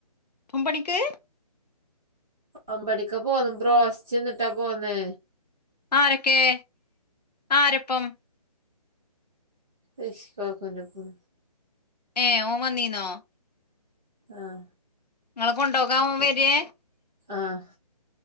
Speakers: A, on the left; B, in the centre.
A: ഒമ്പണിക്ക്?
B: ഒമ്പണിക്കാ പോന്ന് ബ്രോസ്റ്റ്ന്ന്ട്ടാ പോന്ന്.
A: ആരൊക്കെ.,? ആരപ്പം?
B: റഷി കാക്കൂൻ്റൊപ്പം.
A: ഏ ഓൻ വന്നീന്നോ.?
B: ആഹ്.
A: ഇങ്ങളെ കൊണ്ടോകാൻ ഓൻ വെരേ.?
B: ആഹ്.